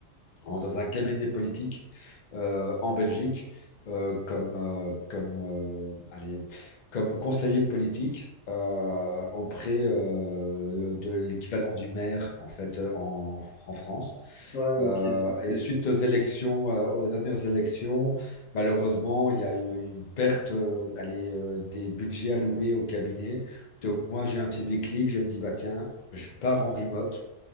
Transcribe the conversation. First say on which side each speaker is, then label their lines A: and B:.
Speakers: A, on the left (about 50°); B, on the left (about 80°).
A: en- dans un cabinet politique euh, en Belgique euh, comme, euh, comme, euh, allez, comme conseiller politique euh, auprès euh, de l'équivalent du maire en fait euh, en, en France.
B: Ouais, ok,
A: Euh,
B: donc c'est...
A: et suite aux élections, euh, aux dernières élections, malheureusement, il y a eu une perte euh, allez, euh, des budgets alloués au cabinet. Donc moi, j'ai un petit déclic, je me dis, bah tiens, je pars en remote.